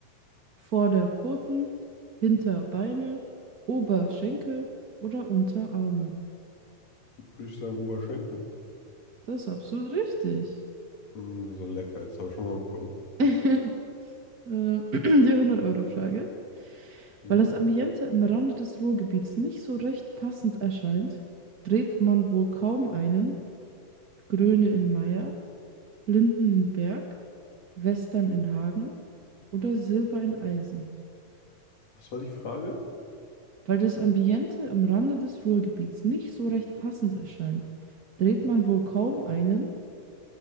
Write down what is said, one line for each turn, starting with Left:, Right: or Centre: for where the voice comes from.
Right: Vorderpfoten, Hinterbeine, Oberschenkel oder Unterarme.
Left: Würde ich sagen, Oberschenkel.
Right: Das ist absolut richtig.
Left: Mm, so lecker, jetzt habe ich Hunger bekommen.
Right: <laughs> Äh, <clears throat> die 100-Euro-Frage.
Left: Mhm.
Right: Weil das Ambiente am Rande des Ruhrgebiets nicht so recht passend erscheint, dreht man wohl kaum einen Gröne in Meier, Linden in Berg, Western in Hagen oder Silber in Eisen.
Left: Was war die Frage?
Right: Weil das Ambiente am Rande des Ruhrgebiets nicht so recht passend erscheint, dreht man wohl kaum einen